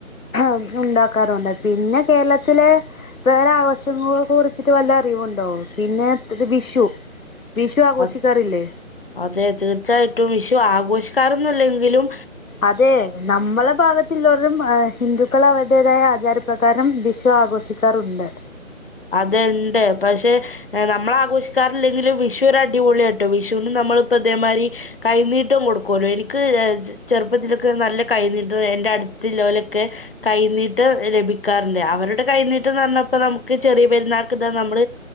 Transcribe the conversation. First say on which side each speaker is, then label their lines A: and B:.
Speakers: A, on the left; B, on the left.
A: ഉം ഉണ്ടാക്കാറുണ്ട് പിന്നെ കേരളത്തിലെ വേറെ ആഘോഷങ്ങളെ കുറിച്ചിട്ട് വല്ല അറിവുണ്ടോ പിന്നെ വിഷു വിഷു ആഘോഷിക്കാറില്ലേ
B: അത് അതെ തീർച്ചയായിട്ടും വിഷു ആഘോഷിക്കാറൊന്നില്ലെങ്കിലും
A: അതെ നമ്മള ഭാഗത്തില്ലോരും ഏഹ് ഹിന്ദുക്കളാ വലു ന്തേതായ ആചാരപ്രധാനം വിഷു ആഘോഷിക്കാറുണ്ട്
B: അതെ ഇണ്ട് പക്ഷെ നമ്മൾ ആഘോഷിക്കാറില്ലെങ്കിലും വിഷു ഒരടിപൊളിയാട്ടോ വിഷുനും നമ്മളിപ്പതേമായ്രി കൈനീട്ടം കൊടുക്കൊല്ലോ എനിക്ക് ചെറുപ്പത്തില്ക്ക് നല്ല കൈനീട്ടം എന്റെ അടുത്ത് ലോലൊക്കെ കൈനീട്ടം ലഭിക്കാറുണ്ട് അവരുടെ കൈനീട്ടംന്ന് പറഞ്ഞപ്പോ നമുക്ക് ക്ചെറിയ പെരുന്നാക്ക് ഇതാ നമ്മൾ